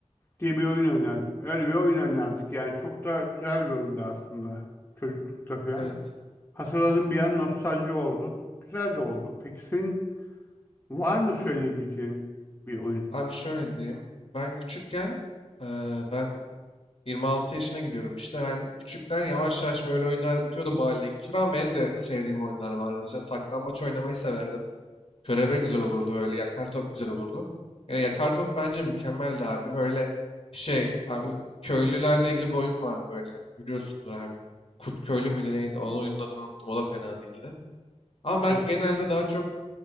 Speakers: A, on the left; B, on the left.
A: diye bir oyun oynardık. Öyle bir oyun oynardık yani. Çok da güzel bir oyundu aslında. Çocuklukta falan.
B: evet.
A: Hatırladığım bir an nostalji oldu. Güzel de oldu. Peki senin var mı söyleyebileceğin bir oyun?
B: Abi şöyle diyeyim. Ben küçükken eee, ben 26 yaşına gidiyorum. İşte ben küçükken yavaş yavaş böyle oyunlar bitiyordu mahalleye. Turan benim de sevdiğim oyunlar vardı. Mesela saklambaç oynamayı severdim. Körebe güzel olurdu böyle. Yakar top güzel olurdu. Yani yakar top bence mükemmeldi abi. Böyle şey abi köylülerle ilgili bir oyun vardı böyle. Biliyorsundur abi. Kurt köylü müydü neydi? Onun oyunun adını unuttum. O da fena değildi. Ama ben
A: Evet.
B: genelde daha çok